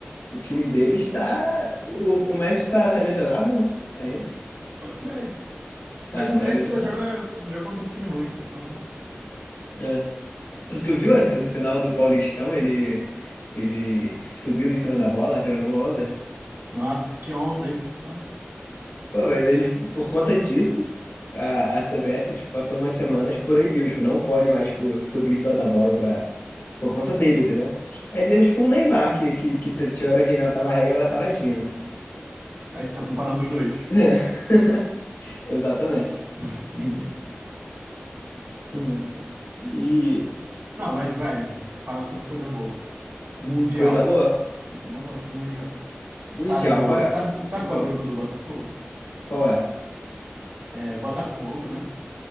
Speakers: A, on the left; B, on the right.
A: O time dele está. O, o Memphis está tá tá lesionado, né? Ainda?
B: faço ideia. Mas
A: Tá, ele
B: o Memphis
A: tá lesionado.
B: só joga, só joga contra um time ruim, então...
A: É. Tu viu assim, no final do Paulistão ele, ele subindo em cima da bola, tirando uma onda?
B: Nossa, que onda, hein? Pô.
A: Pô, mas ele, por conta disso, a, a CBF tipo, passou umas semanas proibiu, tipo, não pode mais tipo, subir em cima da bola pra, por conta dele, tá ligado? É, Ele é tipo um Neymar que, que, que tiveram que inventar uma regra da paradinha, né?
B: Aí você tá comparando os dois.
A: <laughs> Exatamente.
B: Entendi.
A: Hum. E
B: Não, mas vai, fala sobre coisa boa. Mundial.
A: coisa boa?
B: Vamos falar sobre Mundial.
A: Mundial,
B: Sabe o,
A: qual é?
B: sabe, sabe
A: Qual
B: qual
A: é? o-
B: é o grupo do Botafogo?
A: Qual é?
B: É Botafogo, né?